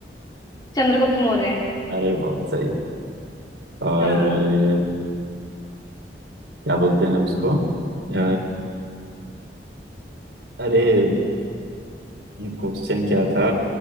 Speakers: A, on the left (about 25°); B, on the right (about 85°).
A: चंद्रगुप्त मौर्य
B: अरे बहुत सही और
A: हाँ
B: अ, क्या बोलते हैं उसको अ, अरे क्वेश्चन क्या था